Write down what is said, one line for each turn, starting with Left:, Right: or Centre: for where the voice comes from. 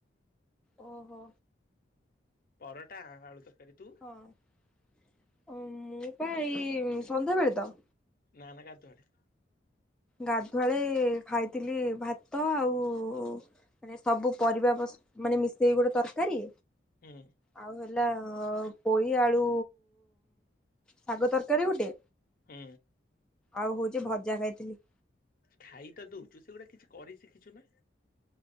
Centre: ଓହୋ!
Left: ପରଟା, ଆଳୁ ତରକାରୀ। ତୁ?
Centre: ହଁ, ମୁଁ ପା ଏଇ ସନ୍ଧ୍ୟାବେଳେ ତ!
Left: ନା, ନା, ଗଧୁଆଳେ।
Centre: ଗାଧୁଆଳେ-ଏ ଖାଇଥିଲି ଭାତ, ଆଉ ମାନେ ସବୁ ପରିବା ପଶ୍ ମାନେ, ମିଶେଇକି ଗୋଟେ ତରକାରୀ।
Left: ହୁଁ।
Centre: ଆଉ ହେଲା ପୋଇ ଆଳୁ। ଶାଗ ତରକାରୀ ଗୋଟେ
Left: ହୁଁ।
Centre: ଆଉ ହଉଛି ଭଜା ଖାଇଥିଲି।
Left: ଖାଇ ତ ଦେଉଛୁ ସେ ସେଗୁଡ଼ା କିଛି କରି ଶିଖିଛୁ ନାଁ।